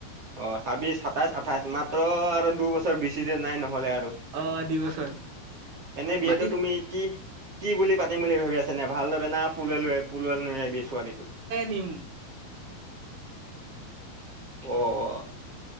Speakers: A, on the right; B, on the right.
A: অহ, ছাব্বিশ চাট- সাটাইছ, আঠাইছ। মাত্ৰ আৰু দুবছৰ, বেছি দিন নাই নহ'লে আ- আৰু।
B: অ দুই বছৰ
A: এনে বিয়াতটো
B: মাটিত
A: তুমি কি, কি বুলি পাতিম বুলি ভাবি আছা যেনে ভালদৰে না পলুৱাই লৈ ছোৱালি তোক -
B: নিম
A: অ অ